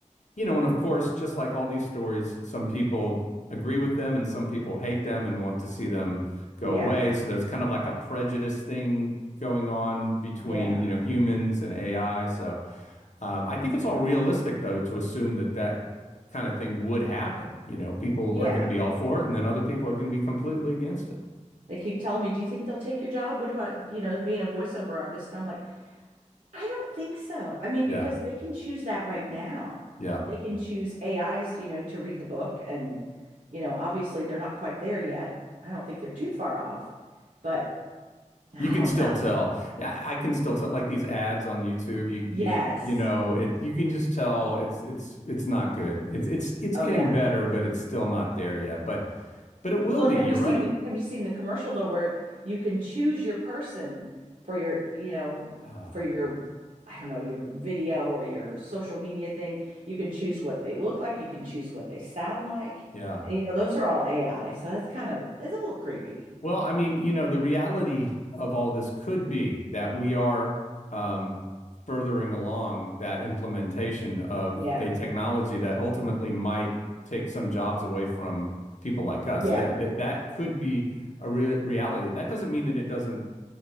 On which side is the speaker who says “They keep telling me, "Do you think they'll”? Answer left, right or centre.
Right